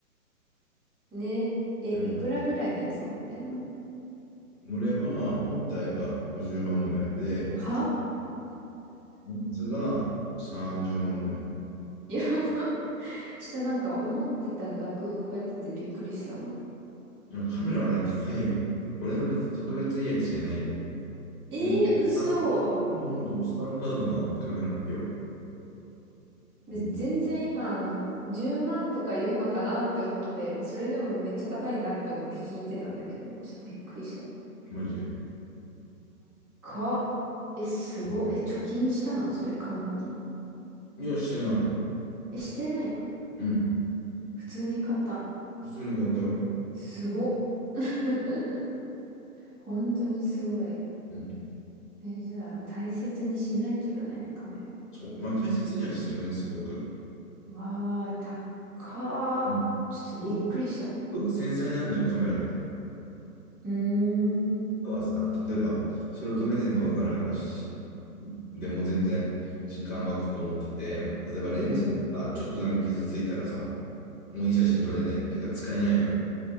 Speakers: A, in the centre; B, on the left.
A: ね。え、
B: うん、
A: いくらぐらいのやつ持ってんの
B: 俺は本体が50万ぐらいで、
A: は
B: レンズが30万ぐらい。
A: <laughs> やば。ちょっとなんか思ってた額超えててびっくりしたわ。
B: いや、カメラはね、高いよ。俺の別に特別いいやつじゃないよ。
A: えー、
B: もう、
A: 嘘。
B: ほんと、スタンダードなカメラよ。
A: で、
B: うん、
A: 全然今あの、10万とか言うのかなって思って、まあそれでもめっちゃ高いなって思って聞いてたんだけど、ちょっとびっくりした。
B: マジで。
A: 高っ。え、すごっ。
B: うん
A: え、貯金したのそれ買うのに。
B: いや、してない。
A: え、してないの
B: うん、
A: 普通に買ったん。
B: 普通に買ったよ。
A: すごっ。<laughs> 本当にすごい。
B: うん。
A: え、じゃあ、大切にしないとだね、カメラ。
B: そう、まあ大切にはしてるね、すごく。
A: わあ、高っ。
B: うんすごくす
A: ちょっとびっくりした。
B: ごく繊細なんだよ、カメラって。
A: うーん、
B: 要はさ、例えば、素人目線でわかる話でも全然時間湧くと思ってて、例えばレンズさ、
A: うん、
B: ちょっとでも傷ついたらさ、もういい写真撮れないっていうか使えないのよ。